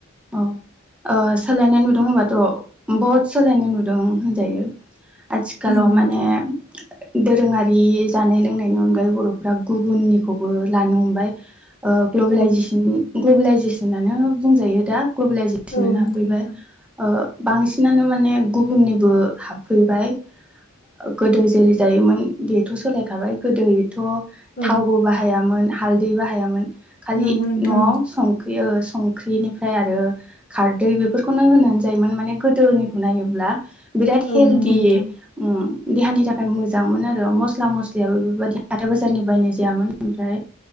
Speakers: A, in the centre; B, on the left.
A: औ। ओ सोलायनाय नुदों होनबाथ' बहुत सोलायनाय नुदों होनजायो। आथिखालाव
B: नंगौ नोंथां
A: माने दोरोङारि जानाय लोंनायनि अनगायै बर'फ्रा गुबुननिखौबो लानो हमबाय। ओ ग्लबेलाइजेसन
B: औ
A: ग्लबेलाइजेसनानो बुंजायो दा। ग्लबेलाइजेसनानो
B: औ
A: हाबफैबाय
B: नंगौ नोंथां
A: ओ बांसिनानो माने गुबुननिबो हाबफैबाय गोदो जेरै जायोमोन बेथ' सोलायखाबाय। गोदो थ'
B: औ
A: थावबो बाहायोन हालदै बाहायामोन, खालि
B: नंगौ नोंथां
A: न'आव
B: नंगौ
A: सं ख्रि संख्रिनि ओमफ्राय आरो खारदै बेफोरखौनो होना जायोमोन माने गोदोनिखौ नायोब्ला बिराद
B: औ
A: हेल्टी
B: नंगौ नोंथां
A: ओम देहानि थाखाय मोजांमोन आरो मस्ला मस्लियाबो बेबायदि हाथाय बाजारनि बायनाय जायामोन। ओमफ्राय